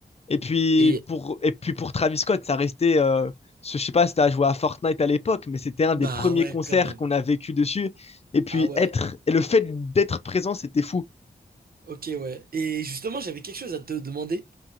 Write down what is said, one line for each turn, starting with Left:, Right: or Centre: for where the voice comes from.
Left: Et puis
Right: Et
Left: pour et puis pour Travis Scott, ça restait euh, je sais pas si t'as joué à Fortnite à l'époque, mais c'était un
Right: bah
Left: des premiers
Right: ouais,
Left: concerts
Right: quand même.
Left: qu'on a vécu dessus. Et puis
Right: Ah ouais.
Left: être et le fait d'être présent, c'était fou.
Right: Ok, ouais. Et justement, j'avais quelque chose à te demander.